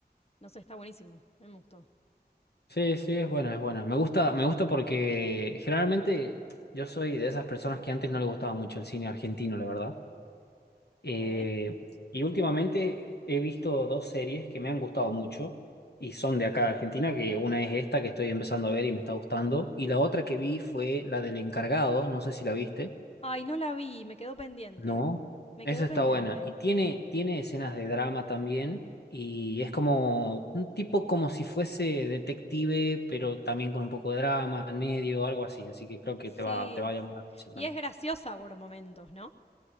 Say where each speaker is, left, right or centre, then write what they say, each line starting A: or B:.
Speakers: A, on the left; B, on the left.
A: No sé, está buenísimo. A mí me gustó.
B: Sí, sí, es buena, es buena. Me gusta, me gusta porque generalmente yo soy de esas personas que antes no le gustaba mucho el cine argentino, la verdad. Eh,
A: Ok.
B: y últimamente he visto dos series que me han gustado mucho y son de acá de Argentina, que una es esta que estoy empezando a ver y me está gustando, y la otra que vi fue la del encargado, no sé si la viste,
A: Ay, no la vi, me quedó pendiente.
B: no,
A: Me
B: esa
A: quedó
B: está
A: pendiente.
B: buena y tiene, tiene escenas de drama también y es como un tipo como si fuese detective, pero también con un poco de drama en medio, algo así, así que creo que
A: Sí.
B: te va, te va a llamar la atención
A: Y
B: también.
A: es graciosa por momentos, ¿no?